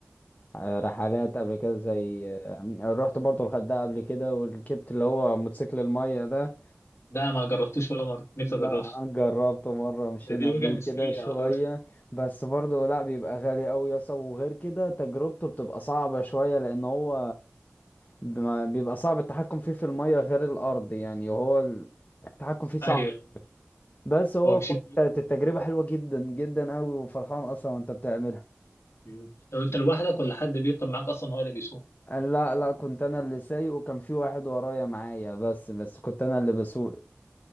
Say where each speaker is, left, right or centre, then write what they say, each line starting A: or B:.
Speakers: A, on the left; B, on the left.
A: آه، رحلات قبل كده زي آه، رحت برضو الغردقة قبل كده وركبت اللي هو موتوسيكل المية ده
B: ده ما جربتوش ولا مره نفسي
A: لا
B: اجربها
A: جربته مرة مشينا
B: دي وجهه
A: بيه
B: مسترية
A: كده شوية
B: على طول
A: بس برضو لا بيبقى غالي أوي يا اسطى وغير كده تجربته بتبقى صعبة شوية لأن هو بما- بيبقى صعب التحكم فيه في المية غير الأرض يعني وهو ال- التحكم فيه صعب
B: ايوه
A: بس هو
B: هو مشيت
A: كانت التجربة حلوة جدا جدا أوي وفرحان أصلا وأنت بتعملها
B: مم. لو انت لوحدك ولا حد بيركب معاك اصلا هو اللي بيسوق
A: لا لا كنت انا اللي سايق وكان في واحد ورايا معايا بس بس كنت انا اللي بسوق